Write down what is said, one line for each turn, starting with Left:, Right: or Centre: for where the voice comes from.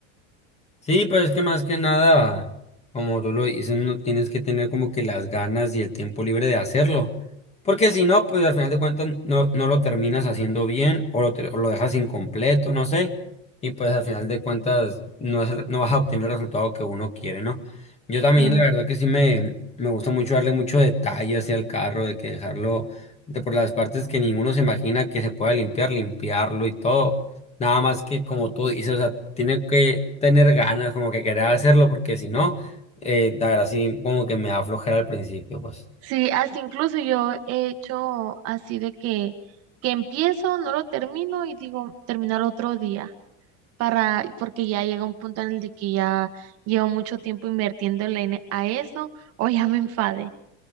Left: Sí, pero es que más que nada, como tú lo dices, no tienes que tener como que las ganas y el tiempo libre de hacerlo. Porque si no, pues al final de cuentas no, no lo terminas haciendo bien o lo, te- o lo dejas incompleto, no sé. Y pues al final de cuentas no, es el- no vas a obtener el resultado que uno quiere, ¿no? Yo también,
Right: Sí.
Left: la verdad que sí me, me gusta mucho darle mucho detalle hacia el carro, de que dejarlo de por las partes que ninguno se imagina que se pueda limpiar, limpiarlo y todo. Nada más que como tú dices, o sea, tiene que tener ganas, como que querer hacerlo, porque si no, eh, la verdad sí, como que me da flojera al principio, pues.
Right: Sí, hasta incluso yo he hecho así de que, que empiezo, no lo termino y digo terminar otro día para, porque ya llega un punto en el de que ya llevo mucho tiempo invirtiéndole en- a eso o ya me enfade